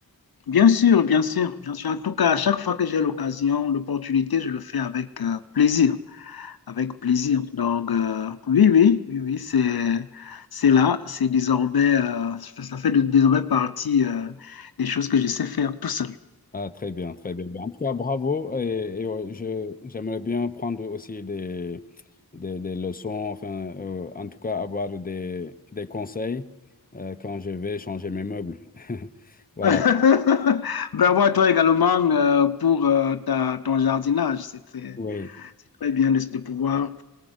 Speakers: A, on the left (about 70°); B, on the left (about 25°).
A: Bien sûr, bien sûr, bien sûr. En tout cas, à chaque fois que j'ai l'occasion, l'opportunité, je le fais avec euh, plaisir, avec plaisir. Donc, euh, oui, oui, oui, oui, c'est, c'est là, c'est désormais, euh, ça fait de- désormais partie euh, des choses que je sais faire tout seul.
B: Ah, très bien, très bien. Ben, En tout cas, bravo. Et, et, ouais, je, j'aimerais bien prendre aussi des, des, des leçons, enfin, euh, en tout cas, avoir des, des conseils euh, quand je vais changer mes meubles. <laughs> Voilà.
A: <laughs> Bravo à toi également euh, pour euh, ta, ton jardinage. C'est très,
B: Oui.
A: c'est très bien de, de pouvoir